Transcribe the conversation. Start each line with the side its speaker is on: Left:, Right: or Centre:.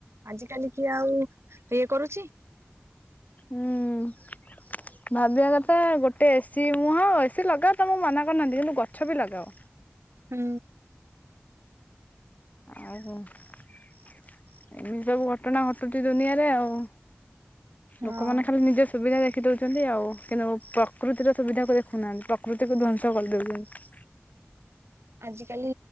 Right: ଆଜିକାଲି କିଏ ଆଉ ଇଏ କରୁଚି।
Left: ହୁଁ। ଭାବିବା କଥା ଗୋଟେ ଏ ସିି ମୁଁହ ଏ ସି ଲଗାଅ ତମକୁ ମନା କରିନାହାନ୍ତି କିନ୍ତୁ ଗଛ ବି ଲଗାଅ।
Right: ହୁଁ।
Left: ଅହ। ଏମିତି ସବୁ ଘଟଣା ଘଟୁଚି ଦୁନିଆରେ ଆଉ
Right: ହଁ।
Left: ଲୋକମାନେ ଖାଲି ନିଜ ସୁବିଧା ଦେଖିଦୋଉଚନ୍ତି ଆଉ କିନ୍ତୁ ପ୍ରକୃତିର ସୁବିଧାକୁ ଦେଖୁନାହାନ୍ତି ପ୍ରକୃତିକୁ ଧ୍ବଂସ କରିଦୋଉଚନ୍ତି।
Right: ଆଜିକାଲି